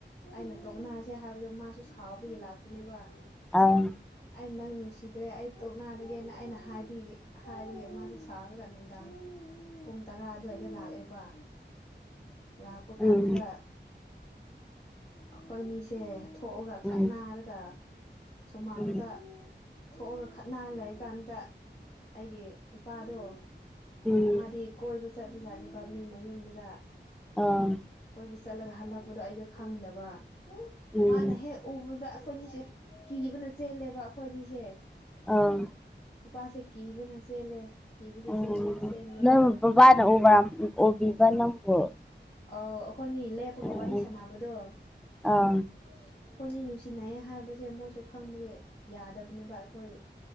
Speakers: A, on the left; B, in the centre.
A: ꯑꯩꯅ ꯇꯣꯛꯅꯔꯁꯦ ꯍꯥꯏꯕꯗꯣ ꯃꯥꯁꯨ ꯁꯥꯎꯕꯒꯤ ꯂꯥꯛꯄꯅꯦꯕ ꯫
B: ꯑꯥ
A: ꯑꯩ ꯅꯪ ꯅꯨꯡꯁꯤꯗ꯭ꯔꯦ ꯑꯩ ꯇꯣꯛꯅꯔꯒꯦꯅ ꯑꯩꯅꯦ ꯍꯥꯏꯕꯒꯤ ꯃꯁꯨ ꯁꯥꯎꯔꯒ ꯅꯨꯡꯗꯥꯡ ꯄꯨꯡ ꯇꯔꯥ ꯑꯗꯨꯋꯥꯏꯗ ꯂꯥꯛꯑꯦꯕ ꯂꯥꯛꯄ ꯀꯥꯟꯗꯨꯗ
B: ꯎꯝ ꯎꯝ
A: ꯑꯩꯈꯣꯏꯅꯤꯁꯦ ꯊꯣꯛꯑꯒ ꯈꯠꯅꯔꯒ
B: ꯎꯝ
A: ꯁꯨꯃꯥꯡꯂꯗ
B: ꯎꯝ
A: ꯊꯣꯛꯑꯒ ꯈꯠꯅ ꯂꯩꯀꯥꯟꯗ ꯑꯩꯒꯤ ꯏꯄꯥꯗꯣ
B: ꯎꯝ
A: ꯃꯥꯗꯤ ꯀꯣꯏꯕ ꯆꯠꯄꯖꯥꯠꯅꯦꯕ ꯃꯤ ꯃꯌꯨꯝꯗꯨꯗ
B: ꯑꯥ
A: ꯀꯣꯏꯕ ꯆꯠꯂꯒ ꯍꯜꯂꯛꯄꯗꯣ ꯑꯩꯗꯣ ꯈꯪꯗꯕ
B: ꯎꯝ
A: ꯃꯥꯅ ꯍꯦꯛ ꯎꯕꯗ ꯑꯩꯈꯣꯏꯅꯤꯁꯦ ꯀꯤꯕꯅ ꯆꯦꯜꯂꯦꯕ ꯑꯩꯈꯣꯏ ꯑꯅꯤꯁꯦ
B: ꯑꯥ
A: ꯏꯄꯥꯁꯦ ꯀꯤꯕꯅ ꯆꯦꯜꯂꯦ ꯀꯤꯕꯒꯤ
B: ꯎꯝ
A: ꯆꯦꯜꯂꯦ ꯆꯦꯟꯕꯒ
B: ꯅꯪ ꯕꯕꯥꯅ ꯎꯕ ꯎꯕꯤꯕ ꯅꯪꯕꯨ
A: ꯑꯥꯎ ꯑꯩꯈꯣꯏꯅꯤ ꯂꯦꯞꯄꯒ
B: ꯎꯝ
A: ꯋꯥꯔꯤ ꯁꯥꯟꯅꯕꯗꯣ ꯑꯩꯈꯣꯏꯅꯤ
B: ꯑꯥ
A: ꯅꯨꯡꯁꯤꯅꯩ ꯍꯥꯏꯕꯁꯦ ꯃꯣꯏꯁꯨ ꯈꯪꯕꯒꯤ ꯌꯥꯗꯕꯅꯦꯕ ꯑꯩꯈꯣꯏ